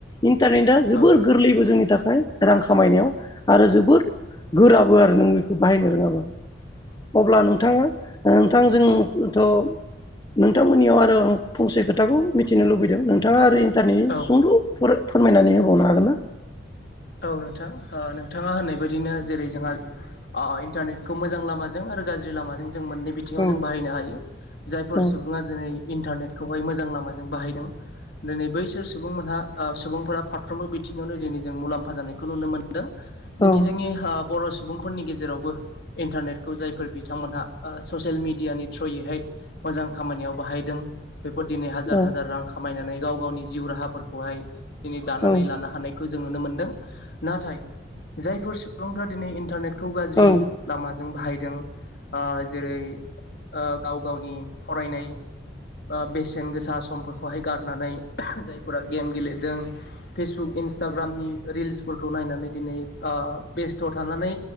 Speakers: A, on the left; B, on the left.
A: इन्टारनेटआ जोबोर
B: औ
A: गोरलैबो जोंनि थाखाय थाखाइ रां खामायनायाव आरो जोबोद गोराबो आरो नों बेखौ बाहायनो रोङाबा अब्ला नोंथांआ नोंथां नोंथां जोंथ' नोंथांमोननिआव आरो आं फंसे खोथाखौ मिथिनो लुबैदों नोंथाङा आरो दारै
B: औ औ
A: सुंद' फोरमायनानै होबावनो हागोन ना
B: औ नोंथां ओ नोंथाङा होननाय बायदिनो जेरै जोंहा ओ इन्टारनेटखौ मोजां लामाजों आरो गाज्रि लामाजों जों मोननै बिथिआव
A: औ
B: जों बाहायनो हायो जायफोर
A: औ
B: सुबुङा जोनै इन्टारनेटखौहाय मोजां लामाजों बाहायदों दिनै बैसोर सुबुंमोनहा सुबुंफोरा फारफ्रोमबो बिथिंआव नो दिनै जों मुलाम्फा जानायखौ नुनो मोनदों
A: औ
B: दिनै ओ जोंनि सुबुंफोरनि गेजेरावबो इन्टारनेटखौ जायफोर बिथांमोनहा ससियेल मिडिआनि थ्रुयैहाय मोजां खामानिआव बाहायदों बेफोर दिनै हाजार
A: औ
B: हाजार रां खामायनानै गाव गावनि जिउ राहाफोरखौहाय दिनै दानानै
A: अब्ला
B: लानो हानायखौ जों नुनो मोनदों नाथाय जायफोर सुबुंफ्रा दिनै इन्टारनेटखौ गाज्रि
A: औ
B: लामाजों बाहायदों ओ जेरै ओ गाव गावनि फरायनाय ओ बेसेन गोसा समफोरखौहाय गारनानै ओह जायफोरा गेम गेलेदों फेसबुक इन्सटाग्रामनि रिल्सफोरखौ नायनानै दिनै ओ बेस्थ थानानै